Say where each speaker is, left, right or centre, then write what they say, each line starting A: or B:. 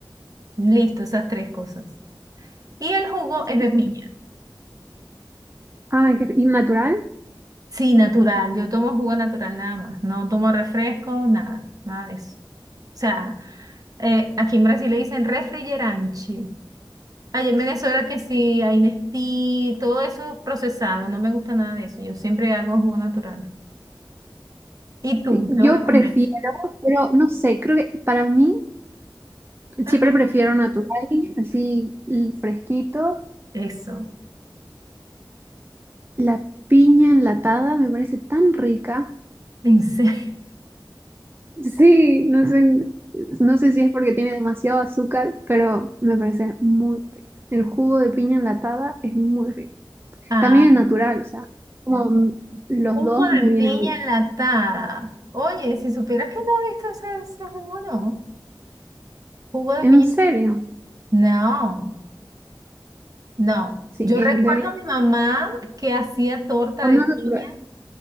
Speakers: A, on the right; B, on the right.
A: Listo, esas tres cosas. Y el jugo es
B: Siempre.
A: de piña.
B: Ah, qué- ¿y natural?
A: Sí, natural. Yo tomo jugo natural nada más. No tomo refresco, nada, nada de eso. O sea, eh, aquí en Brasil le dicen refrigeranchi. Allá en Venezuela que sí, hay Nestí, todo eso procesado. No me gusta nada de eso. Yo siempre hago jugo natural. ¿Y tú?
B: Sí, yo
A: ¿Qué vas a comer?
B: prefiero, pero no sé, creo que para mí
A: Ajá.
B: siempre prefiero natural, así l- fresquito,
A: Eso.
B: La piña enlatada me parece tan rica.
A: Pensé. <laughs>
B: Sí, No sé, no sé si es porque tiene demasiado azúcar, pero me parece muy rica. El jugo de piña enlatada es muy rico.
A: Ah,
B: También el natural, o sea, como m- los
A: jugo
B: dos
A: de
B: me
A: piña
B: vienen bien.
A: enlatada. Oye, si supieras que no he visto ese, ese jugo, no. Jugo de
B: ¿En
A: piña.
B: serio?
A: No. No,
B: Sí,
A: yo
B: eh,
A: recuerdo
B: debería-
A: a mi mamá que hacía torta
B: O
A: de
B: no
A: piña,
B: lo probé.